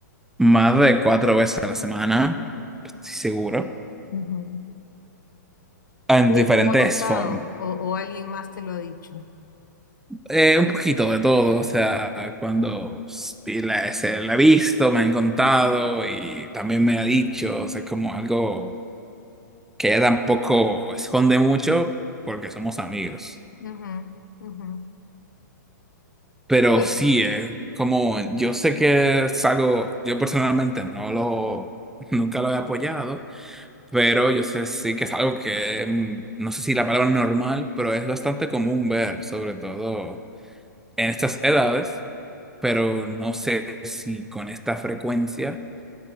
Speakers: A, in the centre; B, on the left.
A: más de cuatro veces a la semana, estoy seguro,
B: ujú.
A: en
B: Ella
A: diferentes
B: te lo ha contado
A: formas.
B: o, o alguien más te lo ha dicho.
A: Eh, un poquito de todo, o sea, cuando s- y la, se la he visto, me han contado y también me ha dicho, o sea, es como algo que ella tampoco esconde mucho porque somos amigos.
B: Ujú, ujú.
A: Pero
B: Bueno,
A: sí, eh, como yo sé que es algo, yo personalmente no lo, nunca lo he apoyado Pero yo sé sí que es algo que, mm, no sé si la palabra normal, pero es bastante común ver, sobre todo en estas edades, pero no sé si con esta frecuencia